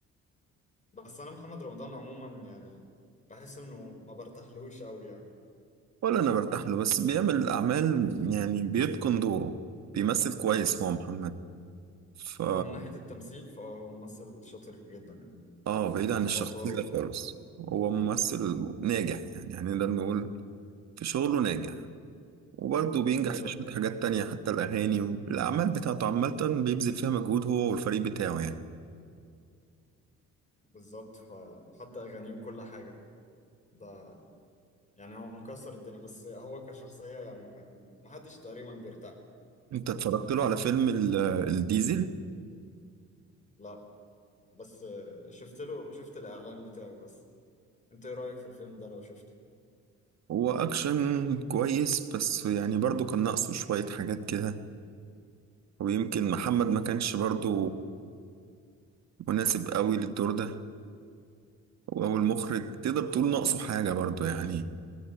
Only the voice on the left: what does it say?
بس انا محمد رمضان عموما يعني بحس انه ما برتاحلوش قوي يعني
هو من ناحية التمثيل فهو ممثل شاطر جدا يعني
و-
في
ادواره
بالظبط
بالظبط فحتى اغانيه وكل حاجة ده يعني هو مكسر الدنيا بس هو كشخصية يعني ما ما حدش تقريبا بيرتاح له.
لا بس شفت له شفت الاعلان بتاعه بس انت ايه رأيك في الفيلم ده لو شفته